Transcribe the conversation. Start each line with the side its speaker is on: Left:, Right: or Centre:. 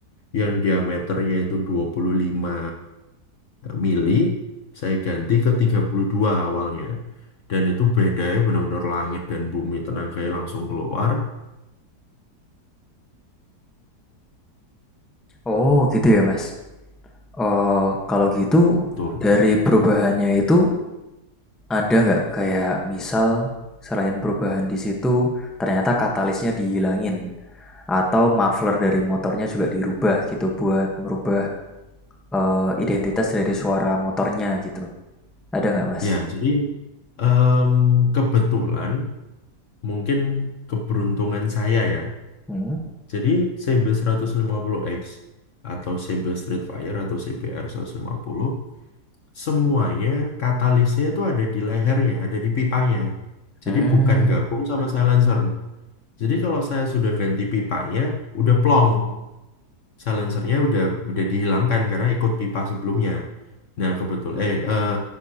Left: yang diameternya itu 25 mili saya ganti ke 32 awalnya dan itu bedanya benar-benar langit dan bumi tenaganya langsung keluar
Centre: oh gitu ya Mas. Eh kalau gitu
Left: tuh pada
Centre: dari
Left: saat
Centre: perubahannya
Left: itu
Centre: itu ada nggak kayak misal selain perubahan di situ ternyata katalisnya dihilangin atau muffler dari motornya juga dirubah gitu buat merubah eh, identitas dari suara motornya gitu. Ada nggak mas?
Left: ya jadi em, kebetulan mungkin keberuntungan saya ya
Centre: Hmm.
Left: Jadi CB 150X atau CB Streetfire atau CBR 150 semuanya katalisnya itu ada di lehernya, ada di pipanya.
Centre: Hmm,
Left: Jadi bukan gabung sama silencer. Jadi kalau saya sudah ganti pipanya, udah plong. Silencernya udah udah dihilangkan karena ikut pipa sebelumnya. Nah, kebetul eh, eh,